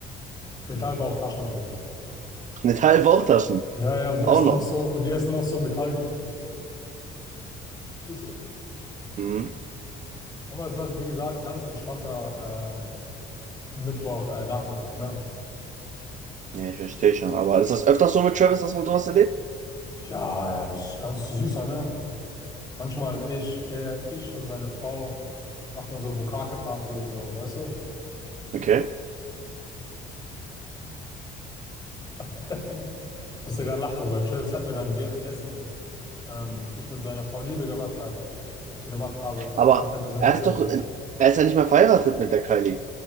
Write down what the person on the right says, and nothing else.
Mit halben Bauchtaschen.
Auch
noch.
Hm.
Ja, ich verstehe schon. Aber ist das öfters so mit Travis, dass man sowas erlebt?
Okay.
Aber
er
ist
doch, er ist ja nicht mehr verheiratet mit der Kylie.